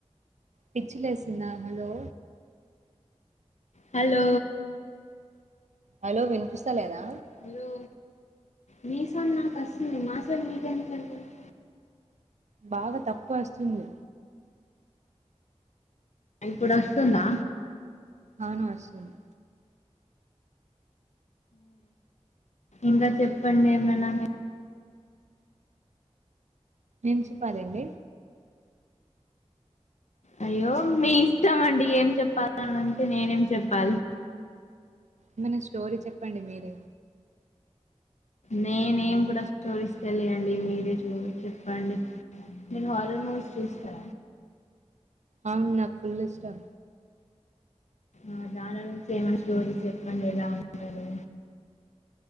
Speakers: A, on the right; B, on the left.
A: పిచ్చిలేసిందా, హలో
B: హలో
A: హలో వినిపిస్తాలేదా.
B: హలో మీ సౌండ్ నాకు అస్తుంది, మా సౌండ్ మీకెందు <unintelligible>
A: బాగా తక్కువ అస్తుంది.
B: ఇప్పుడస్తుందా.
A: అవును వస్తుంది.
B: ఇంకా చెప్పండి ఏమైనా మీ
A: ఏం చెప్పాలండి.
B: అయ్యో మీ ఇష్టమ్ అండి, ఏం చెప్పాలని అంటే నేనేం చెప్పాలి.
A: ఏమన్నా స్టోరీ చెప్పండి మీరే.
B: నేనేం గుడా స్టోరీస్ తెలియయండి మీరే చూ చెప్పండి. నేను హార్రర్ మూవీస్ చూస్తా.
A: అవును నాకు ఫుల్ ఇష్టం.
B: ఆ దాని నుంచి ఏమైనా స్టోరీస్ చెప్పండి, ఎలా ఉంటారు.